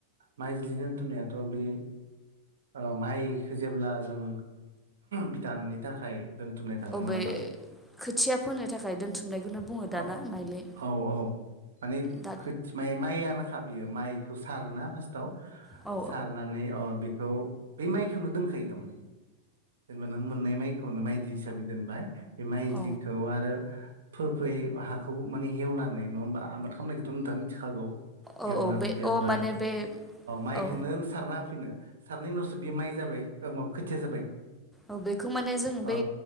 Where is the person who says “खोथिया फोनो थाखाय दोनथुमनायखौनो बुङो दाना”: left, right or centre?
Centre